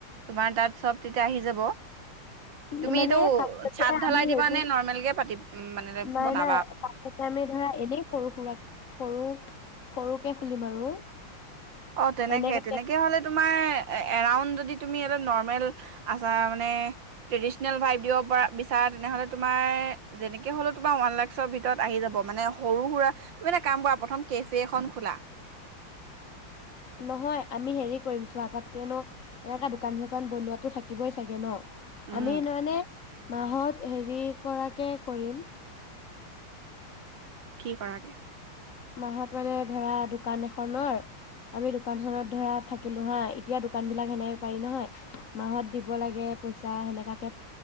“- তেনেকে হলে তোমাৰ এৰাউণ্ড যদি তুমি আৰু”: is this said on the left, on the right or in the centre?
Right